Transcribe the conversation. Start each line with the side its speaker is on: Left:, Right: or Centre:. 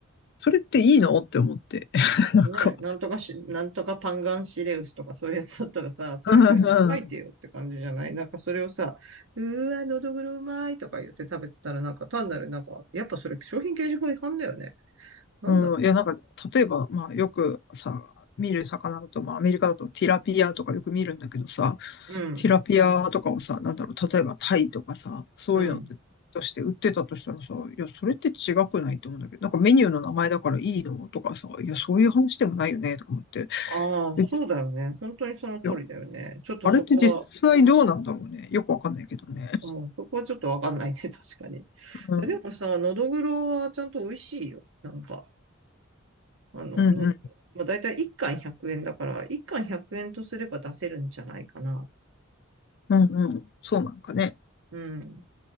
Left: それっていいのって思って。<laughs> なんか、
Right: ね、なんとかし、なんとかパンガンシレウスとかそういうやつだったらさ、そういう風に書いてよって感じじゃないなんかそれをさ、
Left: うんうん
Right: うーわ、のどぐろうまいとか言って食べてたらなんか単なるなんか、やっぱそれ商品掲示法違反だよね。なんだろ
Left: うん、いや、なんか、例えば、まあ、よくさ、見る魚だと、まあ、アメリカだとティラピアとかよく見るんだけどさ、
Right: う。うん、
Left: ティラピアとかをさ、なんだろう、例えばタイとかさ、そういうのってとして売ってたとしたらさ、
Right: うん。
Left: いや、それって違くないと思うんだけど、なんかメニューの名前だからいいのとかさ、いや、そういう話でもないよね、とか思って。
Right: ああ、
Left: え
Right: そうだよね。本当にその通りだよね。
Left: いや、
Right: ちょっとそこは、
Left: あれって実際どうなんだろうね。よくわかんないけどね。
Right: うん、そこはちょっとわかんないね、<laughs> 確かに。
Left: うん、
Right: でもさ、のどぐろはちゃんと美味しいよ。なんか。あの、
Left: うん、
Right: の、
Left: うん、
Right: まあ、だいたい1貫100円だから、1貫100円とすれば出せるんじゃないかな。
Left: うん、うん。そうなんかね。
Right: うん。